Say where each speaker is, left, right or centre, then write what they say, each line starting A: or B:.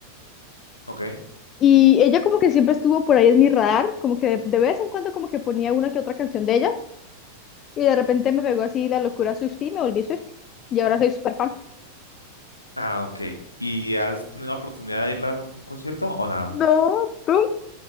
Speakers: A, on the left; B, on the left.
A: ¿ok?
B: y ella como que siempre estuvo por ahí en mi radar, como que de, de vez en cuando como que ponía una que otra canción de ella y de repente me pegó así la locura Swiftie y me volví Swiftie. Y ahora soy súper fan.
A: Ah, ok. ¿Y has tenido la oportunidad de ir a un concierto o nada?
B: No, ¿tú?